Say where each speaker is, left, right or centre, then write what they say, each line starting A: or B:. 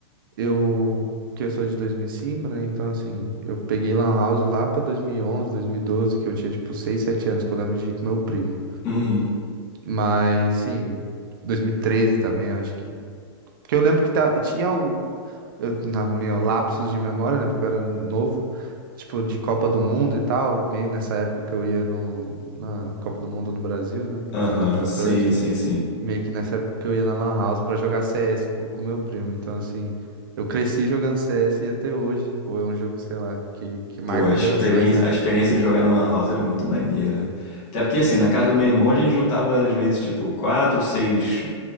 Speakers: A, on the right; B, on the left.
A: Eu, que eu sou de 2005, né? Então, assim, eu peguei Lan House lá pra 2011, 2012, que eu tinha, tipo, 6, 7 anos, que eu lembro de ir com meu primo.
B: Uhum.
A: Mas, sim, 2013 também, acho que. Porque eu lembro que ta- tinha al- eu, na meu lapsos de memória, né? Porque eu era novo, tipo, de Copa do Mundo e tal, meio nessa época que eu ia no, na Copa do Mundo no Brasil, né?
B: Aham,
A: Que foi 2014.
B: sim, sim, sim.
A: Meio que nessa época que eu ia na Lan House pra jogar CS co- com, com meu primo. Então, assim, eu cresci jogando CS e até hoje, pô, é um jogo, sei lá, que, que marca
B: Pô, a experiência,
A: gerações, né?
B: a experiência de jogar na Lan House era muito maneira. Até porque, assim, na casa do meu irmão a gente juntava, às vezes, tipo, quatro, seis